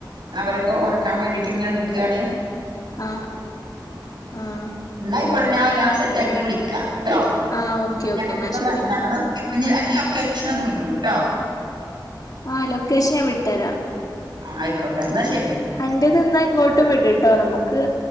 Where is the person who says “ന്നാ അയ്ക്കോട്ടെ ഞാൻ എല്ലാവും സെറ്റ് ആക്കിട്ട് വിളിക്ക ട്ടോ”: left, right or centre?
Right